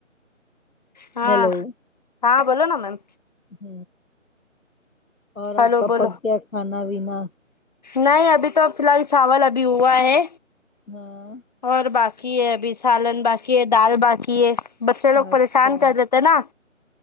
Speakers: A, on the left; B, on the left.
A: ہاں
B: ہیلو
A: ہاں بولو نا میم
B: ہ اور
A: ہلو
B: آپ کا
A: بولو
B: پک گیا کھانا وینا
A: نہیں ابھی تو فی الحال چاول ابھی ہوا ہے
B: ہاں
A: اور باقی ہے ابھی سالن باقی ہے دال باقی ہے بچے لوگ
B: اچھا
A: پریشان کر رہتے نا